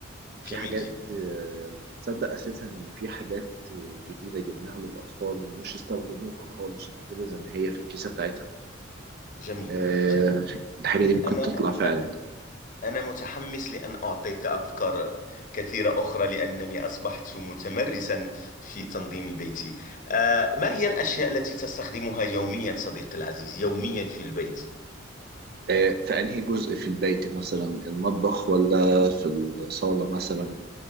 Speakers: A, on the right; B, on the left.
A: في
B: جميل
A: حاجات
B: جدا
A: آه، تصدق اساسا ان في حاجات جديده جبناها للاطفال ومش استخدموها خالص وموجوده زي ما هي في الكيسه بتاعتها
B: جميل
A: آه،
B: جميل
A: الحاجه دي ممكن
B: أنا
A: تطلع فعلا
B: أنا متحمس لأن أعطيك أفكار كثيرة أخرى لأنني أصبحت متمرسا في تنظيم بيتي. آه، ما هي الأشياء التي تستخدمها يوميا صديقي العزيز؟ يوميا في البيت.
A: آه، في انهي جزء في البيت مثلا المطبخ ولا في الصاله مثلا